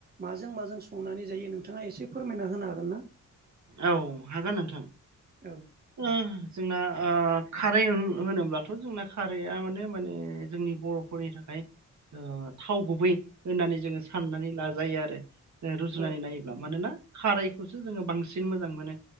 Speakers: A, on the right (about 30°); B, on the right (about 60°).
A: माजों माजों संनानै जायो नोंथाङा एसे फोरमायना होनो हागोन ना?
B: औ हागोन नोंथां
A: औ
B: उम। जोंना ओ खारै ओं होनोब्लाथ' जोंना खारैआ माने माने जोंनि बर'फोरनि थाखाय ओ थाव गुबै होननानै जोङो साननानै लाजायो आरो। ओ रुजुनानै
A: औ
B: नायोब्ला मानोना खारैखौसो जोङो बांसिन मोजां मोनो।